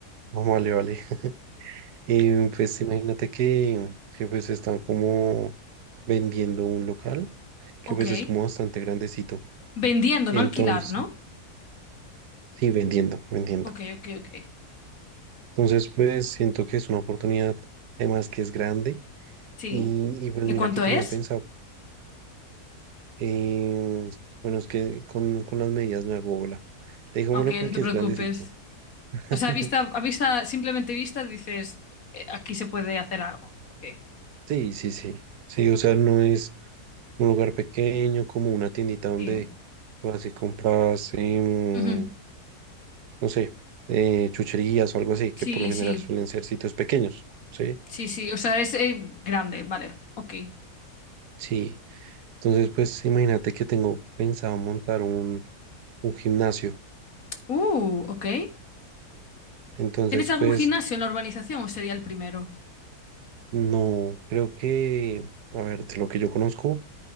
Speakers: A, on the right; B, on the left.
A: Ah, Vale, vale. <laughs> Em, pues imagínate que, que pues están como vendiendo un local que
B: Ok.
A: pues es como bastante grandecito.
B: Vendiendo,
A: Entonces,
B: no alquilar, ¿no?
A: sí, vendiendo, vendiendo.
B: Ok, ok, ok.
A: Entonces, pues siento que es una oportunidad, además que es grande
B: Sí.
A: Y, y pues
B: ¿De
A: mira
B: cuánto
A: que tenía
B: es?
A: pensado, em, bueno, es que con, con las medidas me hago bola. Dejémoslo
B: Ah, Ok,
A: con
B: no te
A: que
B: preocupes.
A: es grandecito. <laughs>
B: O sea, a vista, a vista, simplemente vista, dices, "Eh, aquí se puede hacer algo. Ok.
A: Sí, sí, sí. Sí, o sea,
B: Guay,
A: no
B: guay.
A: es un lugar pequeño como una tiendita donde
B: Sí.
A: vas y compras, em,
B: Ujú.
A: no sé, eh, chucherías o algo así, que
B: Sí,
A: por lo general
B: sí.
A: suelen ser sitios pequeños, ¿sí?
B: Sí, sí. O sea, es eh, grande, vale. Ok.
A: Sí. Entonces, pues imagínate que tengo pensado montar un, un gimnasio.
B: Uh, ok.
A: Entonces,
B: ¿Tienes algún
A: pues...
B: gimnasio en la urbanización o sería el primero?
A: No, creo que, a ver, de lo que yo conozco,